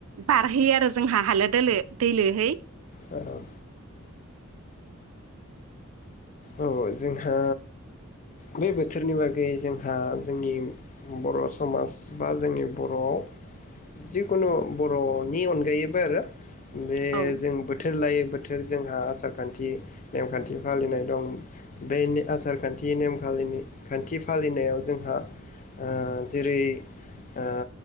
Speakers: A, on the right; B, on the left.
A: बारहैयो आरो जोंहा हालो दोलो दैलोहै।
B: औ। औ जोंहा बे बोथोरनि बागै जोंहा जोंनि बर' समाज बा जोंनि बर'आव जिखुनु बर'नि अनगायैबो आरो। बे
A: औ
B: जों बोथोर लायो बोथोर जोंहा आसार खान्थि नेमखान्थि फालिनाय दं बे आसारखान्थि नेमखालिनि खान्थि फालिनायाव जोंहा ओ जेरै ओ